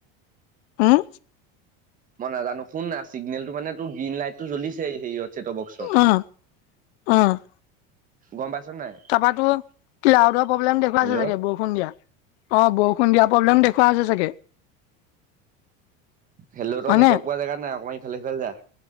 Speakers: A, on the left; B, on the right.
A: উম
B: মই নাজানো শু না চিগনেলটো মানে গ্ৰীণ লাইটটো জ্বলিছেই সেৰিয়ত ছেট বক্স
A: অ' অ'।
B: গম পাইছ নাই?
A: তাৰপাতো ক্লাউডৰ প্ৰব্লেম দেখওুৱাইছে
B: হেল্ল'
A: চাগে বু ষুন দিয়া অ বউষুণ দিয়া প্ৰব্লেম দেখোৱা আছে চাগে
B: হেল্ল তই
A: হয়নে
B: নেটৱৰ্ক পোৱা জেগাত নাই অকমান ইফালে সিফালে যা